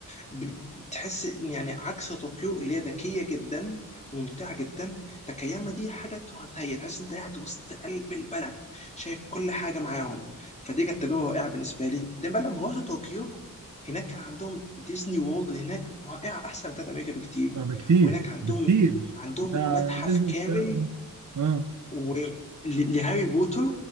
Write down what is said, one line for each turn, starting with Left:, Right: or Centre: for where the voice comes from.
Left: ب- بتحس إن يعني عكس طوكيو اللي هي ذكية جدا وممتعة جدا تاكاياما دي حاجة تهتهي تحس انت قاعد وسط قلب البلد شايف كل حاجة معاهم فدي كانت تجربة رائعة بالنسبة لي ده بقى لما رحت طوكيو هناك كان عندهم ديزني وورلد هناك رائعة أحسن من بتاعت أمريكا بكتير
Right: لا، بكتير
Left: وهناك عندهم
Right: بكتير
Left: عندهم
Right: ده
Left: متحف
Right: ديزني
Left: كامل
Right: بتاع اه
Left: و... ل- لهاري بوتر